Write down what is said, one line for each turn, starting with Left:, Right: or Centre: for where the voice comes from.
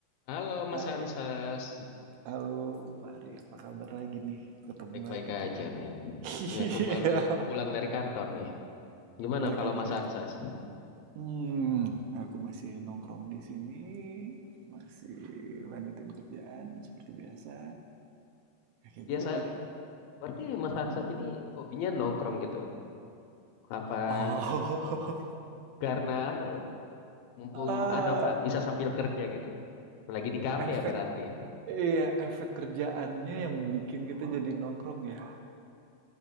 Left: Halo Mas
Right: Hai,
Left: Ansas,
Right: halo Pak apa kabar lagi nih? Ketemu
Left: baik-baik
Right: lagi kita.
Left: aja
Right: <laughs>
Left: nih.
Right: Iya,
Left: Ini aku baru pulang dari kantor nih. Gimana
Right: balik
Left: kalau
Right: kantor
Left: Mas
Right: ya.
Left: Ansas?
Right: Hmm, aku masih nongkrong di sini, masih lanjutin kerjaan seperti biasa. Ya, kayak
Left: Biasa,
Right: gitu, Pak
Left: berarti Mas Ansas
Right: Hmm.
Left: ini hobinya nongkrong gitu. Apa
Right: Oh, <laughs>
Left: karena anu, mumpung
Right: eh,
Left: anu apa, bisa sambil kerja gitu. Lagi di kafe
Right: efek,
Left: ya berarti.
Right: iya, efek kerjaannya yang bikin kita jadi nongkrong ya.